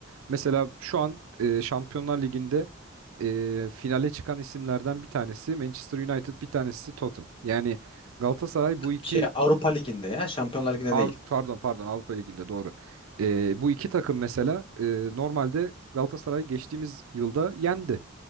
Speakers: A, on the right; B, on the left.
A: mesela şu an e, Şampiyonlar Ligi'nde e, finale çıkan isimlerden bir tanesi Manchester United bir tanesi Tottenham. Yani Galatasaray bu iki
B: Şey Avrupa Ligi'nde ya, Şampiyonlar Ligi'nde
A: Avrupa
B: değil.
A: pardon pardon Avrupa Ligi'nde doğru. E, bu iki takım mesela e, normalde Galatasaray geçtiğimiz yılda yendi.